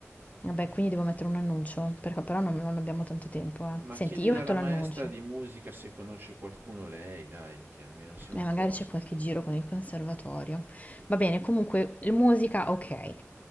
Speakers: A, on the left; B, on the right.
A: Vabbè, quindi devo mettere un annuncio, perché però non, non abbiamo tanto tempo, eh.
B: Ma
A: Senti,
B: chiedi
A: io metto
B: alla maestra
A: l'annuncio.
B: di musica se conosce qualcuno lei, dai, che almeno siamo
A: Beh,
B: a posto.
A: magari c'è qualche giro con il conservatorio. Va bene, comunque, l- musica, ok.